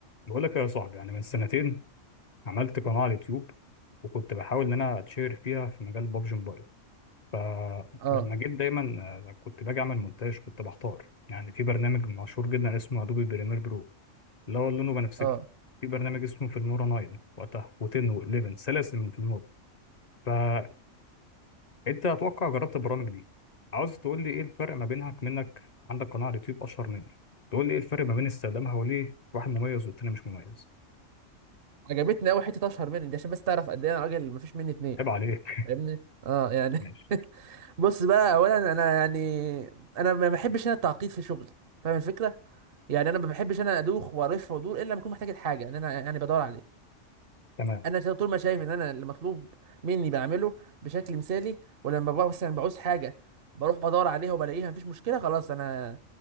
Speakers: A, on the left; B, on the right.
A: بقول لك يا صاحبي يعني من سنتين عملت قناة على اليوتيوب وكنت بحاول إن أنا أتشهر فيها في مجال بابجي موبايل فلما
B: اه
A: جيت دايما آه، كنت باجي أعمل مونتاج كنت بحتار يعني في برنامج مشهور جدا اسمه أدوبي بريمير برو اللي هو لونه بنفسجي
B: اه
A: في برنامج اسمه فيلمورا 9 وقتها و10 و11 سلاسل من فيلمورا فأنت أتوقع جربت البرامج دي عاوز تقول لي إيه الفرق ما بينها منك عندك قناة على اليوتيوب أشهر مني تقول لي إيه الفرق ما بين استخدامها وليه واحد مميز والتاني مش مميز
B: عجبتني قوي حته اشهر مني دي عشان بس تعرف قد ايه انا راجل مفيش مني اتنين
A: عيب عليك
B: فاهمني اه يعني
A: <laughs> ماشي
B: <laughs> بص بقى اولا انا يعني انا ما بحبش انا التعقيد في شغلي فاهم الفكره يعني انا ما بحبش انا ادوخ والف وادور الا لما اكون محتاج الحاجه ان انا يعني بدور عليه
A: تمام
B: انا طول ما شايف ان انا المطلوب مني بعمله بشكل مثالي ولما ببقى مثلا بعوز حاجه بروح بدور عليها وبلاقيها مفيش مشكله خلاص انا